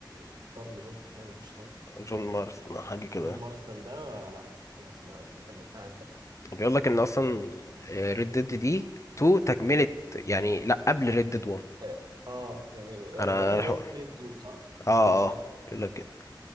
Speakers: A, on the right (about 55°); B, on the left (about 40°).
A: آه، كارل جونسون ده ولا ما أعرفش اسمه إيه
B: جون مارس حاجة كده
A: جون مارستون ده آه، لا ما خلاص ما ما كملتهاش بقى
B: بيقول لك ان اصلا ريد ديد دي 2 تكملة يعني لا قبل ريد ديد 1
A: اه آه، يعني
B: انا
A: 1
B: أنا حق-
A: هي تكملة 2 صح؟
B: اه
A: ما لعبتش 1
B: اه بيقول لك كده